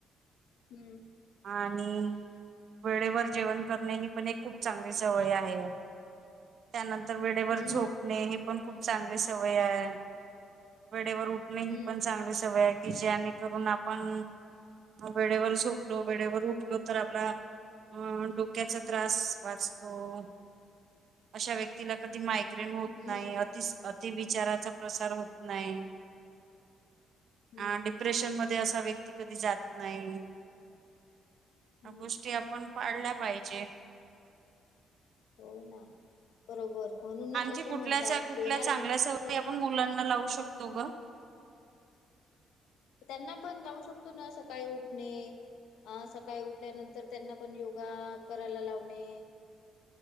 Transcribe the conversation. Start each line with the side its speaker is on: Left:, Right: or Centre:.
Left: हम्म.
Right: आणि वेळेवर जेवण करणे ही पण एक खूप चांगली सवय आहे त्यानंतर वेळेवर
Left: हम्म
Right: झोपणे हे पण खूप चांगली सवय आहे, वेळेवर उठणे
Left: हम्म
Right: ही पण चांगली सवय आहे की ज्याने करून आपण वेळेवर झोपू लो वेळेवर उठलो तर आपला अं डोक्याचा त्रास वाचतो. अशा व्यक्तीला कधी माय होत
Left: हम्म
Right: नाही अतिविचाराचा प्रसार होत नाही.
Left: हम्म
Right: अ डिप्रेशन मध्ये असा व्यक्ती कधी जात नाही.
Left: हम्म
Right: ह्या गोष्टी आपण पाळल्या पाहिजे.
Left: हो ना बरोबर म्हणूनच
Right: आणखी
Left: असे
Right: कुठल्या
Left: म्हणतात
Right: कुठल्या
Left: तेरा
Right: चांगल्या
Left: विचार
Right: सवयी आपण मुलांना लावू शकत तो का
Left: त्यांना पण लावू शकतो ना सकाळी उठणे अ सकाळी उठल्यानंतर त्यांना पण योगा करायला लावणे.